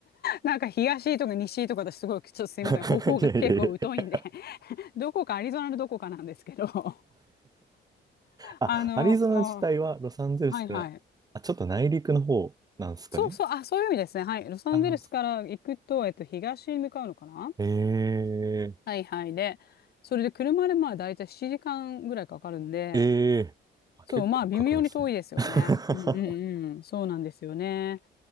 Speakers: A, on the left (about 55°); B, on the right (about 20°).
A: なんか東とか西とか私すごい、ちょっとすいません。
B: やいやいや。
A: 方向が結構疎いんで、<laughs> どこかアリゾナのどこかなんですけど、<laughs>
B: あ、
A: あの、
B: アリゾナ自体はロサンゼルスから、
A: はいはい。
B: あ、ちょっと内陸の方なんですかね。
A: そうそう、あ、そういう意味ですね。はい。ロサンゼルスから行くと、
B: あー、
A: えっと、東に向かうのかな
B: ええ
A: はいはい。で、それで車でまあ大体7時間ぐらいかかるんで、
B: ええあ、
A: そう、
B: 結構かかるんですね。
A: まあ微妙に遠いですよね。
B: <laughs>
A: うんうんうん。そうなんですよね。